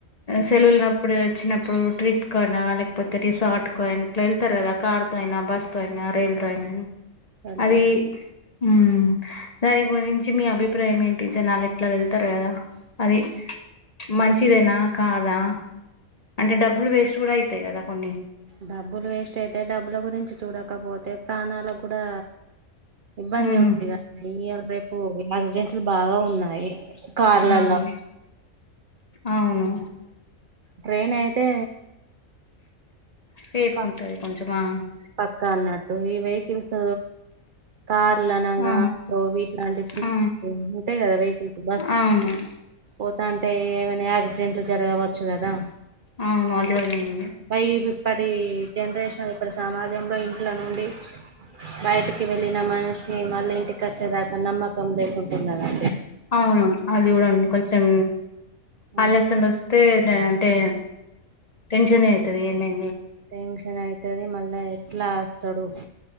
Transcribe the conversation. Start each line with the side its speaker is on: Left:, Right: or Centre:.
Left: సెలవులప్పుడు వచ్చిన ఇప్పుడు ట్రిప్కు అయినా లేకపోతే రిసార్టుకు అయినా ఇట్లా వెళ్తారు కదా కారుతో అయినా బస్సుతో అయిన రైలుతో అయిన
Right: వెళ్తాం
Left: అది ఉ దాని గురించి మీ అభిప్రాయం ఏం జనాలు అట్లా వెళ్తారు కదా అది మంచిదేనా కాదా అంటే డబ్బులు వేస్ట్ కూడ అయితయి కదా కొన్ని
Right: డబ్బులు వేస్ట్ అయితే డబ్బుల గురించి చూడకపోతే ప్రాణాలకు కూడా ఇబ్బందే
Left: ఉమ్
Right: ఉందిగ ఇయాళా రేపు యాక్సిడెంట్స్లు బాగా ఉన్నాయి కార్లలో
Left: అవును అవును
Right: ట్రైన్ అయితే
Left: సేఫ్
Right: ప
Left: ఉంటది కొంచము ఆ
Right: పక్కా అన్నట్టు ఈ వెహికల్స్ కార్లు అనంగా
Left: ఆ
Right: ఆటో వీట్లాంటివి
Left: ఆ
Right: ఉంటయి కదా వెహికల్స్ బస్
Left: అవును
Right: పోతాంటే ఏమైనా యాక్సిడెంట్లు జరగవచ్చు కదా.
Left: అవును అది <inaudible>
Right: బయి ఇప్పటి జనరేషన్ ఇప్పటి సమాజంలో ఇంట్ల నుండి బయటికి వెళ్ళిన మనిషి మళ్ళీ ఇంటికి వచ్చేదాకా నమ్మకం లేకుంటున్నది.
Left: అవును అది కూడా కొంచెం
Right: ఆ,
Left: ఆలస్ <unintelligible> తే అ అంటే టెన్షన్ అయితది ఏమై
Right: టెన్షన్ అయితది మళ్ళా ఎట్లా అస్తడు